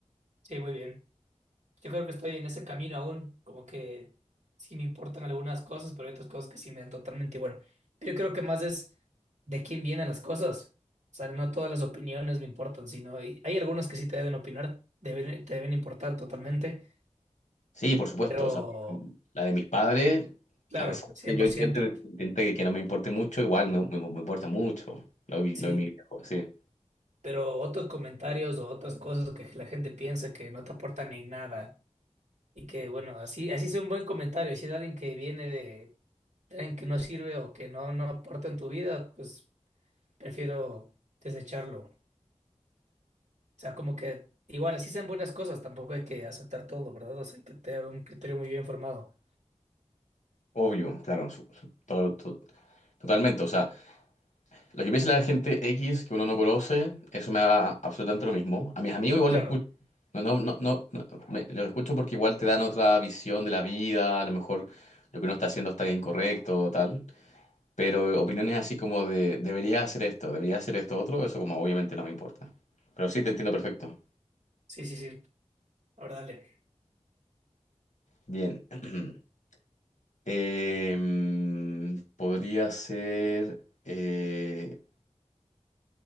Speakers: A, on the right; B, on the left.
A: Sí, muy bien. Yo creo que estoy en ese camino aún, como que sí me importan algunas cosas, pero hay otras cosas que sí me dan totalmente igual. Pero yo creo que más es de quién vienen las cosas. O sea, no todas las opiniones me importan, sino y hay algunos que sí te deben opinar, deben- te deben importar totalmente,
B: Sí, por supuesto,
A: pero
B: o sea, la de mis padres,
A: claro,
B: a pesar de
A: cien
B: que yo
A: por
B: intente,
A: ciento
B: intente que que no me importe mucho, igual me, me, me importa mucho lo, de-
A: sí.
B: lo de mis viejos, sí.
A: Pero otros comentarios o otras cosas que la gente piensa que no te aportan en nada y que, bueno, así, así es un buen comentario, si es alguien que viene de tren que no sirve o que no, no aporta en tu vida, pues prefiero desecharlo. O sea, como que igual, así sean buenas cosas, tampoco hay que aceptar todo, ¿verdad? O sea, hay que tener un criterio muy bien formado.
B: Obvio, claro, su- su- todo, to- totalmente, o sea. Lo que piensa la gente X que uno no conoce, eso me da absolutamente lo mismo. A mis amigos igual
A: Claro,
B: los escucho. No, no, no, no, no, me- los escucho porque igual te dan otra visión de la vida, a lo mejor lo que uno está haciendo está incorrecto, tal. Pero opiniones así como de debería hacer esto, debería hacer esto otro, eso como obviamente no me importa. Pero sí, te entiendo perfecto.
A: sí, sí, sí. Ahora dale.
B: Bien. <clears throat> Em, podría ser eh,